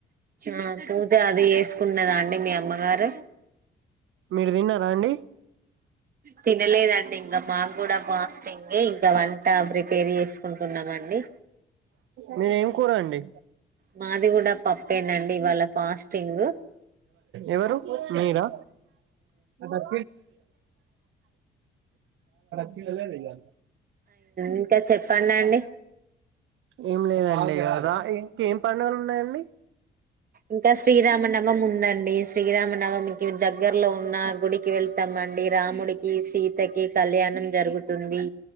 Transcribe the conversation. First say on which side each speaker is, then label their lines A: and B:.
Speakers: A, on the right (about 45°); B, on the right (about 75°).
A: ఆ పూజ ఆది ఏసు ఉన్నదా అండి మీ అమ్మగారు
B: మీరు తిన్నారా అండి
A: తినలేదండి ఇంకా మాకు కూడా బ టింగే ఇంకా వంట ప్రిపేర్ చేసుకుంటున్నామండి
B: మీరేం కూర అండి
A: మాది కూడా పప్పే నండి ఇవాళ ఫాస్టింగ్
B: ఎవరు మీరా యాడ తినలేదు ఇంగ
A: ఇంకా చెప్పండి అండి
B: ఏం లేదండి ఏం పండుగలు ఉన్నాయండి
A: ఇంకా శ్రీరామనవమీ ఉందండి శ్రీరామనవమికి దగ్గరలో ఉన్న గుడికి వెళ్తాంమండి రాముడు రాముడికి సీత కి కళ్యాణం జరుగుతుంది